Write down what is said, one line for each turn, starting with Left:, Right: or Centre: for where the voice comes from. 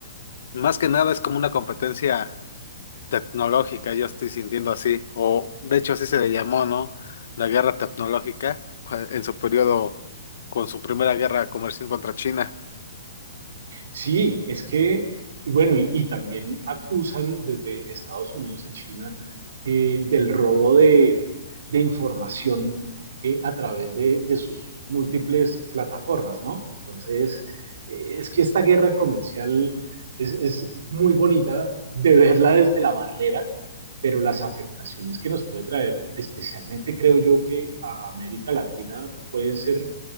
Left: más que nada, es como una competencia tecnológica, yo estoy sintiendo así, o de hecho así se le llamó, ¿no? La guerra tecnológica cua- en su periodo con su primera guerra comercial contra China.
Right: Sí, es que, y bueno, y, y también acusan desde Estados Unidos a China eh, del robo de, de información eh, a través de, de sus múltiples plataformas, ¿no? Entonces, eh, es que esta guerra comercial es, es muy bonita de verla desde la barrera, pero las afectaciones que nos puede traer, especialmente creo yo que a América Latina, pueden ser